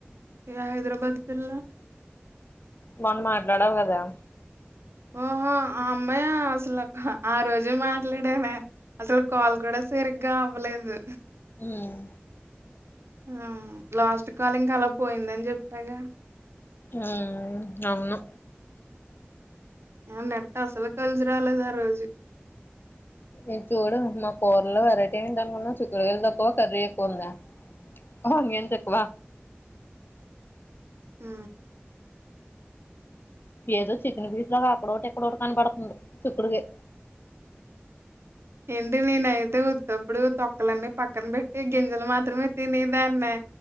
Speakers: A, on the right (about 80°); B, on the left (about 55°).
A: ఏ హైదరాబాద్ పిల్ల
B: మొన్న మాట్లడావు కదా
A: ఓహో ఆ అమ్మాయా అసలు ఆ రోజు మాట్లాడేమే అసలు కాల్ కూడా సరిగ్గా అవ్వలేదు.
B: ఉమ్
A: ఆ లాస్ట్ కాల్ ఇంకా అలా పోయిందని చెప్పాగా
B: ఉమ్ అవును
A: ఆ నెట్ అసలు కలిసి రాలేదు ఆ రోజు
B: ఇట్ చూడు మా కూరల్లో వెరైటీ ఏంటి అనుకున్నా చిక్కుడుగాయలు తక్కువ కర్రీ ఎక్కువ ఉందా ఆనియన్స్ ఎక్కువ
A: ఉ
B: ఏదో చికెన్ పీస్ లాగా అక్కడోకటి, ఇక్కడోటి కనపడుతుంది చిక్కుడుగయ్
A: ఏంటి నేనైతే ఉత్తప్పుడు తొక్కలన్నీ పక్కన పెట్టి గింజలు మాత్రమే తినేదాన్నే.